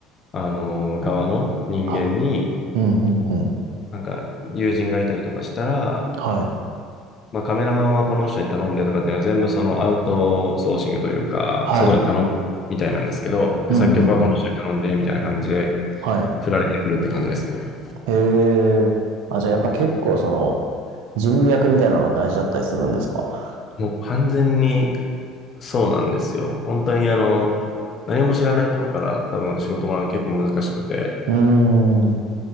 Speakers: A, on the left; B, on the right.
A: あの、側の人間に、
B: あ、うん、うん、うん。
A: なんか、友人がいたりとかしたら、
B: はい。
A: まあ、カメラマンはこの人に頼んでとかっていうのは全部そのアウトソーシングというか、
B: はい。
A: 外に頼むみたいなんですけど、で、
B: うん、
A: 作曲はこの人に頼んでみたいな感じで、
B: うん、うん。はい。
A: 振られてくるって感じですね。
B: へえ。あ、じゃあやっぱ結構その人脈みたいなのは大事だったりするんですか
A: もう完全にそうなんですよ。本当にあの、何も知らないところから多分仕事も結構難しくて、
B: うーん。